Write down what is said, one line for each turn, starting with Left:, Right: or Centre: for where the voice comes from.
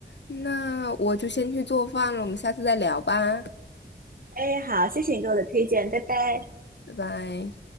Left: 那我就先去做饭了，我们下次再聊吧，
Right: 哎，好，谢谢你给我的推荐，拜拜。
Left: 拜拜。